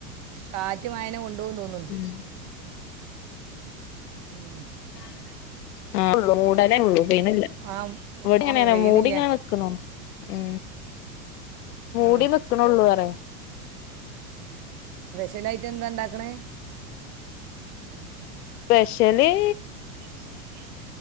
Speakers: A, on the right; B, on the left.
A: കാറ്റ് മഴയെ കൊണ്ടുപോയി എണ്ടോ തോന്നുന്നുണ്ട്
B: ഉം
A: ഉം
B: <inaudible> ആടള്ളൂ പി
A: ആം
B: ഇവിടെങ്ങ
A: പെയ്യണില്ല
B: മൂടി ഇങ്ങനെ വെക്കണ ഉ മൂടി
A: ആ
B: വെക്കണള്ളൂ പറ
A: ചിലായിട്ട് എന്താ ഉണ്ടാക്കണ
B: സ്പെഷ്യലി
A: സ്പെഷ്യല്